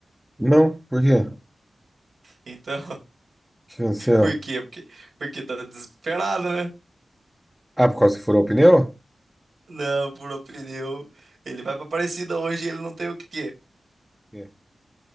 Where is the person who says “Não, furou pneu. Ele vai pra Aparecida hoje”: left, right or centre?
Right